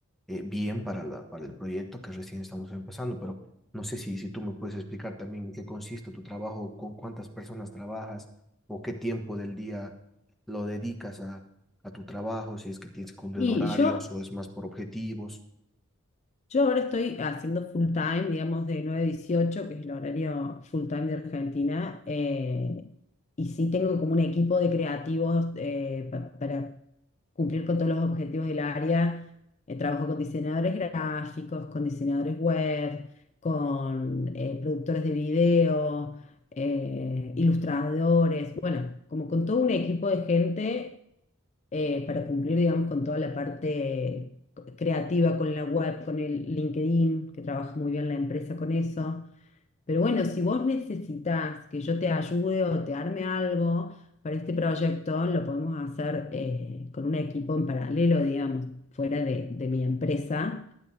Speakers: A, in the centre; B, on the left (about 30°).
A: eh, bien para la, para el proyecto que recién estamos empezando. Pero no sé si, si tú me puedes explicar también en qué consiste tu trabajo, con cuántas personas trabajas o qué tiempo del día lo dedicas a, a tu trabajo, si es que tienes que cumplir
B: Y
A: horarios
B: yo
A: o es más por objetivos.
B: Yo ahora estoy haciendo full time, digamos, de 9 a 18, que es el horario full time de Argentina, eh, y sí tengo como un equipo de creativos eh, pa- para cumplir con todos los objetivos del área. Eh, trabajo con diseñadores gráficos, con diseñadores web, con eh, productores de video eh, ilustradores, bueno, como con todo un equipo de gente eh, para cumplir, digamos, con toda la parte creativa, con la web, con el LinkedIn, que trabaja muy bien la empresa con eso. Pero bueno, si vos necesitas que yo te ayude o te arme algo, para este proyecto lo podemos hacer eh, con un equipo en paralelo, digamos, fuera de, de mi empresa.